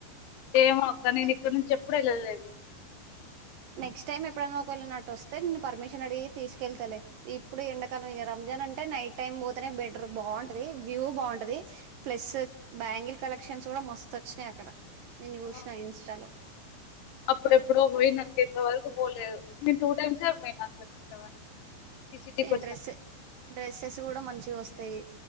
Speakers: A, on the left; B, on the right.
A: ఏమో అక్క నేను ఇక్కడ నుంచి ఎప్పుడూ వెళ్ళలేదు
B: నెక్స్ట్ టైం ఎప్పుడైనా ఒక వేళ నేనటు వస్తే నేను పర్మిషన్ అడిగి తీసుకెళ్తాలే ఇప్పుడు ఎండ కాలం ఇ రంజాన్ అంటే నైట్ టైం పోతే బెటర్ బాగుంటది వ్యూ బాగుంటది ప్లస్ బ్యాంగిల్ కలెక్షన్స్ కూడా మస్తు వచ్చాయి అక్కడ నేను చూసిన
A: ఆ
B: ఇన్స్టాలో
A: అప్పుడు ఎప్పుడో పోయిన ఇంత వరకు పోలేదు నేను టూ టైమ్స్ ఏ పోయినా అసలు ఇంతవరకు టీసీటీకి
B: ఏ
A: వచ్చిన
B: డ్రెస్
A: కాంచి
B: డ్రెస్సెస్ కూడా మంచిగొస్తాయి